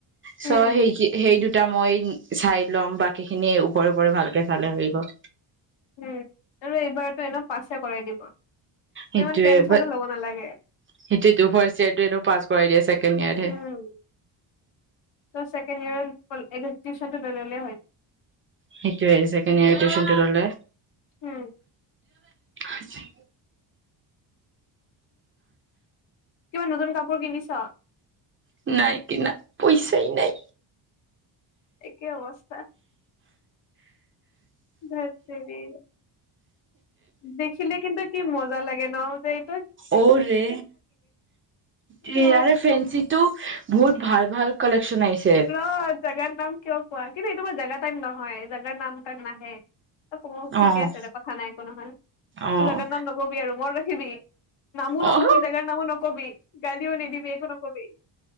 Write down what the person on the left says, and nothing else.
উম
উম আৰু এইবাৰতো এনেও পাছে কৰাই দিব ত
ইমান টেনচনো
ল'ব নালাগে
উম ছেকেণ্ড ইয়েৰ ল ল টিউচনটো হৈ গ'ল
উম
কিমান নতুন কাপোৰ কিনিছ
একে অৱস্থা ভ <unintelligible> দেখিলে কিন্তু কি মজা লাগে নলবাৰী
কিন্তু
ৰ জেগাৰ নাম কিয় কোৱা কিন্তু এইটো মই জেগা টাইপ নহয় জেগাৰ নাম টাইপ নাহে ত ঠিকে
আছে এ কথা নাই একো নহয় তোৰ
জেগাত নাম নকবি আৰু মনত ৰাখি <unintelligible> <inaudible> নামো
নকবি জেগাৰ নামো নক কবি গালিও নিদিবি একো নকবি